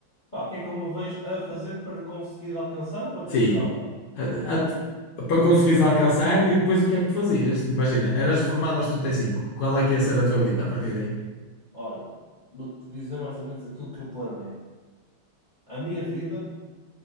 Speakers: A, on the left; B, on the left.
A: Pá, o que é que eu me vejo a fazer para conseguir alcançar ou até
B: Sim.
A: chegar lá?
B: A- a- para conseguires alcançar e depois o que é que fazias? Tipo, Imagina, eras reformado aos trinta e cinco Qual é que ia ser a tua vida a partir daí?
A: Olha, vou-te dizer mais ou menos aquilo que eu planei. A minha vida